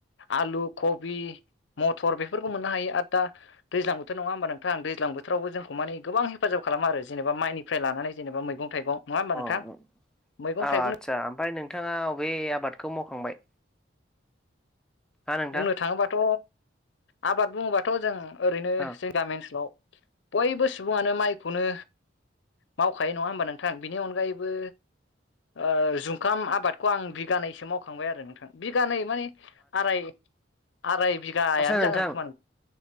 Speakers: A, on the left (about 70°); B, in the centre.
A: आलु, कबि मटर बेफोरखौ मोननो हायो आरो दा दैज्लां बोथोर बोथोर नङा होमबा नोंथां? दैज्लां बोथोरावबो जोंखौ माने गोबां हेफाजाब खालामो आरो जेनेबा माइनिफ्राय लानानै जेनेबा मैग थाइगं नङा होमबा
B: अ
A: नोंथां
B: औ
A: मैगं
B: आथसा
A: थाइगं
B: ओमफ्राय नोंथाङा अबे आबादखौ मावखांबाय हा नोंथां
A: बुंनो थाङोबाथ' आबाद बुङोबाथ' जों ओरैनो
B: औ
A: जों गामि ओनसोलाव बयबो सुबुङानो माइखौनो मावखायो नङा होमबा नोंथां बिनि अनगायैबो ओ जुखाम आबादखौ आं बिगानैसो मावखांबाय आरो नोंथां बिगानै माने आराय आराय बिगायानो
B: आस्सा नोंथां
A: जागोन खोमा